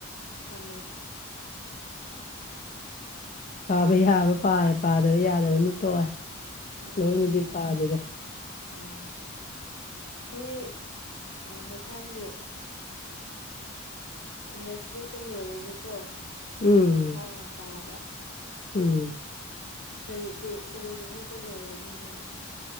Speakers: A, on the left (about 65°); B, on the left (about 35°).
A: ꯈꯜꯂꯦ
B: ꯄꯥꯕ ꯌꯥꯕꯥ ꯄꯥꯔ‌ꯦ ꯄꯥꯗꯕ ꯌꯥꯗꯕꯅ ꯇꯣꯛꯑꯦ
A: ꯎꯝ
B: ꯂꯣꯏꯅꯗꯤ ꯄꯥꯗꯦꯗ
A: ꯎꯝ ꯅꯣꯏ ꯃꯊꯪꯒꯤ ꯅꯦꯛꯁ ꯋꯤꯛꯇ ꯂꯣꯏꯔꯤꯅꯦꯀꯣ
B: ꯎꯝ
A: ꯃꯊꯥꯡ ꯍꯞꯇꯥꯗ
B: ꯎꯝ
A: ꯀꯔꯤ ꯀ ꯀꯔꯤ ꯅꯨꯃꯤꯠꯇ ꯂꯣꯏꯔꯅꯤ ꯅ‌ꯣꯏ